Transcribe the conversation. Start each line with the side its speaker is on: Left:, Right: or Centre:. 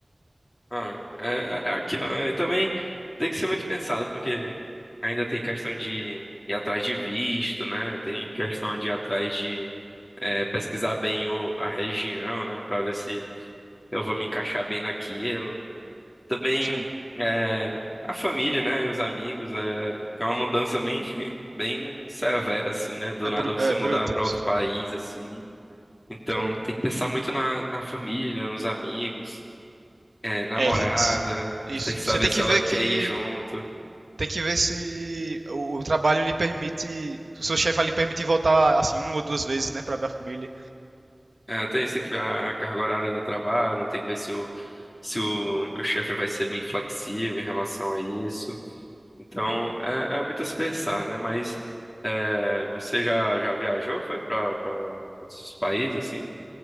Left: Ah, é, é é aquilo, né? E também tem que ser muito pensado, porque ainda tem questão de ir atrás de visto, né? Tem questão de ir atrás de é, pesquisar bem o, a região, né? Pra ver se eu vou me encaixar bem naquilo. Também
Right: Sim.
Left: é, a família, né? E os amigos. É, é uma mudança bem, <laughs> bem severa, assim, né? Do
Right: É, bru-
Left: nada você
Right: é
Left: mudar
Right: bruta.
Left: pra outro
Right: Isso
Left: país, assim. Então
Right: aí.
Left: tem que pensar muito na, na família, nos amigos é, namorada,
Right: É, isso.
Left: tem que saber
Right: Você tem
Left: se
Right: que
Left: ela
Right: ver
Left: quer
Right: que...
Left: ir junto.
Right: Tem que ver se o, o trabalho lhe permite... O seu chefe vai lhe permitir voltar, assim, uma ou duas vezes, né? Pra ver a família.
Left: É, tem isso, tem que ver a carga horária do trabalho, tem que ver se o, se o meu chefe vai ser bem flexível em relação a isso. Então, é, é muito a se pensar, né? Mas é, você já, já viajou? Foi para outros países, assim?